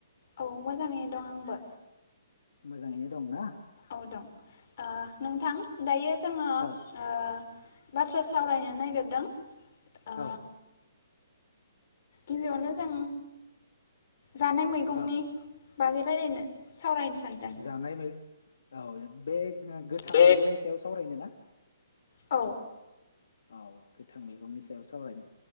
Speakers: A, on the left (about 40°); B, on the left (about 70°).
A: औ मोजाङैनो दं आंबो
B: मोजाङैनो दं ना?
A: औ दं आ नोंथां दायो जोङो ओ
B: औ
A: बाथ्रा सावरायनो नागिरदों ओ
B: औ
A: गिबियावनो जों जानाय मैगंनि
B: औ
A: बागै रायलायनो सावरायनो सानदों
B: जानाय मै औ बे गोथां
A: बे
B: मैगंनि सायाव सावरायनो ना
A: औ
B: औ गोथां मैगंनि सायाव सावरायनो